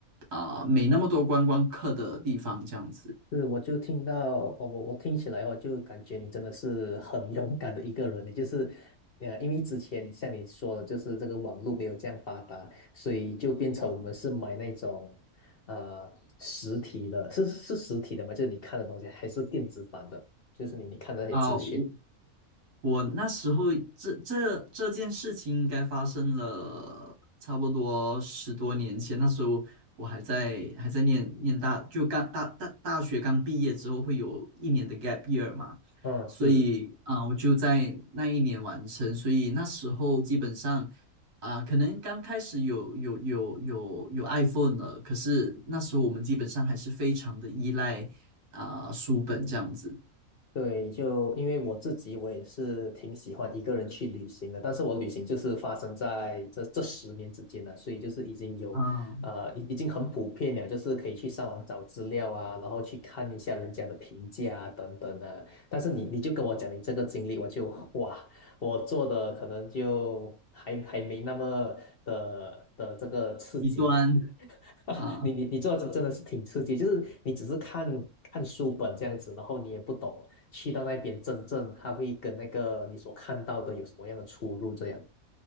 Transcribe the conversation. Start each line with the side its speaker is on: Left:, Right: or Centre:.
Right: 啊、没那么多观光客的地方，这样子。
Left: 是，我就听到，我我我听起来哦，就感觉你真的是很 <laughs> 勇敢的一个人欸，也就是，呃，因为之前像你说的，就是这个网络没有这样发达，所以就变成我们是买那种，呃，实体的，是是实体的嘛，就是你看的东西，还是电子版的，就是你你看的那些资讯。
Right: 啊、我我那时候这这这件事情应该发生了差不多十多年前，那时候我还在还在念念大，就刚大大大学刚毕业之后会有一年的 gap year 嘛，
Left: 哦，
Right: 所以啊、
Left: 是，
Right: 我就在那一年完成，所以那时候基本上啊、可能刚开始有有有有有 iPhone 了，可是那时候我们基本上还是非常的依赖啊、书本这样子
Left: 对，就因为我自己，我也是挺喜欢一个人去旅行的，但是我旅行就是发生在这这十年之间了，所以就是已经有，
Right: 啊、
Left: 呃，已已经很普遍了，就是可以去上网找资料啊，然后去看一下人家的评价啊，等等的。但是你你就跟我讲你这个经历，我就哇，我做的可能就还还没那么的的这个刺激，
Right: 一段。
Left: <laughs> <laughs> 啊，
Right: 啊，
Left: 你你你做的真真的是挺刺激，就是你只是看看书本这样子，然后你也不懂去到那边真正它会跟那个你所看到的有什么样的出入这样。